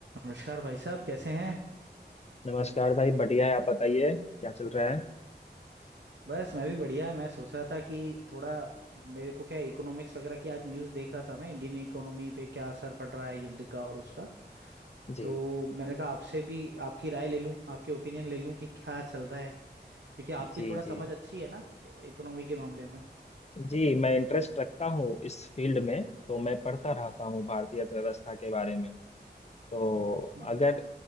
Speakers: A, on the right (about 85°); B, on the left (about 40°).
A: नमस्कार भाई साहब कैसे हैं
B: नमस्कार भाई बढ़िया है आप बताइए क्या चल रहा है
A: बस मैं भी बढ़िया मैं सोच रहा था कि थोड़ा मेरे को क्या इकोनॉमिक्स वगैरह की आज न्यूज़ देख रहा था मैं इंडियन इकोनॉमी पे क्या असर पड़ रहा है युद्ध का और उसका
B: जी
A: तो मैंने कहा आपसे भी आपकी राय ले लूं आपके ओपिनियन ले लूं कि क्या चल रहा है क्योंकि आपकी
B: जी
A: थोड़ा समझ
B: जी
A: अच्छी है ना इकोनॉमी के मामले में
B: जी मैं इंटरेस्ट रखता हूँ इस फील्ड में तो मैं पढ़ता रहता हूँ भारतीय अर्थव्यवस्था के बारे में तो
A: हाँ,
B: अगर